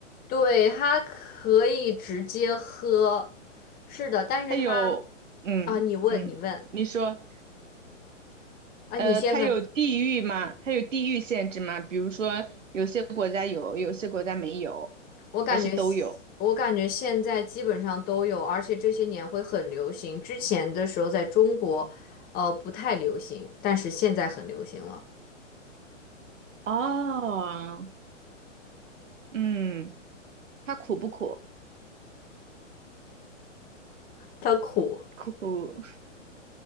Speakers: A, on the left (about 25°); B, on the right (about 75°).
A: 对，它可以直接喝。是的，但是它
B: 它有，嗯嗯，
A: 啊，你问，你问
B: 你说，
A: 啊，
B: 呃，
A: 你先问。
B: 它有地域吗？它有地域限制吗？比如说，有些国家有，有些国家没有，
A: 我感觉现我感觉现在基本上都有，
B: 还是都有？
A: 而且这些年会很流行。之前的时候在中国，呃，不太流行，但是现在很流行了。
B: 哦，嗯，它苦不苦？
A: 它苦，
B: 苦，